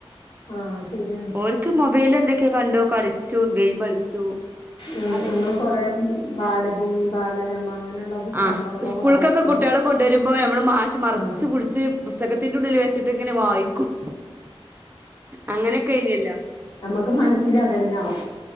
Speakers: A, on the left; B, on the right.
A: ആഹ് ശരിയാണ്
B: ഓർക്ക് മൊബൈല് എന്തൊക്കെയാ കണ്ടു കളിച്ചു ഗെയിം കളിച്ചു
A: ഉം
B: അതൊക്കെ
A: നമ്മൾ
B: ഉണ്ടാവുള്ളൂ
A: കൊറേ ബാലഭൂമി ബാലരമ അങ്ങനെയുള്ള പുസ്തകങ്ങളൊക്കെ
B: ആഹ് സ്കൂൾക്കൊക്കെ
A: വായിക്കും
B: കുട്ടികളെ കൊണ്ടു വരുമ്പോൾ നമ്മള് മാശെ മറച്ച്
A: ആഹ്
B: പിടി ച്ച് പുസ്തകത്തിൻ്റെ ഉള്ളിൽ വെച്ചിട്ട് ഇങ്ങനെ വായിക്കും അങ്ങനെയൊക്കെ എയ്നിഅല്ലോ
A: നമ്മുക്ക് മനസ്സൽ അതന്നെ ആവും